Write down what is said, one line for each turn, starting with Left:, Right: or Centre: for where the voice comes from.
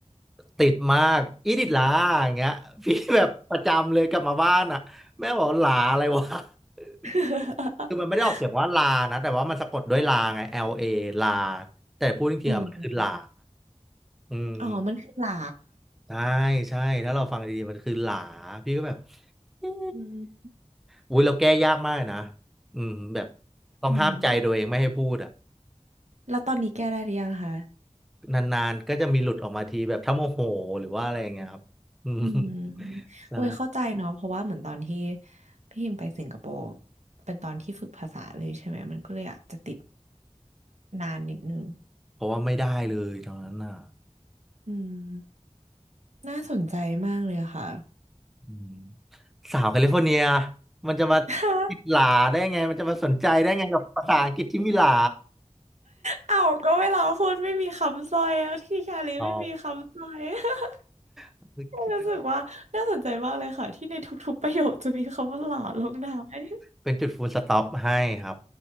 Centre: ติดมากอีดิดลาอย่างเงี้ย <laughs> พี่แบบประจำเลยกลับมาบ้านอ่ะแม่บอกลาอะไรวะ <laughs>
Right: <laughs>
Centre: คือมันไม่ได้ออกเสียงว่าลานะแต่ว่ามันสะกดด้วยลาไง L A ลเอลาแต่พูดจริงๆอะมันคือหลา
Right: อืม
Centre: อืม
Right: อ๋อมันคือหลา
Centre: ใช่ใช่ถ้าเราฟังดีๆมันคือหลาพี่ก็แบบเอ๊ะ
Right: อืม
Centre: อุ้ยเราแก้ยากมากเลยนะอืมแบบต้องห้ามใจตัวเองไม่ให้พูดอ่ะ
Right: อืมแล้วตอนนี้แก้ได้หรือยังคะ
Centre: นานๆก็จะมีหลุดออกมาทีแบบถ้าโมโหหรือว่าอะไรอย่างเงี้ยครับ <laughs> อืม
Right: อืม
Centre: ใช่
Right: โอ้ยเข้าใจเนาะเพราะว่าเหมือนตอนที่พี่พิมไปสิงคโปร์เป็นตอนที่ฝึกภาษาเลยใช่ไหมมันก็เลยอาจจะติดนานนิดนึง
Centre: เพราะว่าไม่ได้เลยตอนนั้นน่ะ
Right: อืมน่าสนใจมากเลยค่ะ
Centre: อืมสาวแคลิฟอร์เนียมันจะมา
Right: <laughs> ฮะ
Centre: ติดหลาได้ไงมันจะมาสนใจได้ไงกับภาษาอังกฤษที่มีหลา
Right: เอ้าก็เวลาพูดไม่มีคำสร้อยแลที่ชาลีไม่มีคำสร้อย
Centre: อ๋อ
Right: <laughs>
Centre: โอเค
Right: รู้สึกว่าน่าสนใจมากเลยค่ะที่ในทุกๆประโยคจะมีคำว่าหลาลงท้าย
Centre: เป็นจุดฟูลสต็อปให้ครับ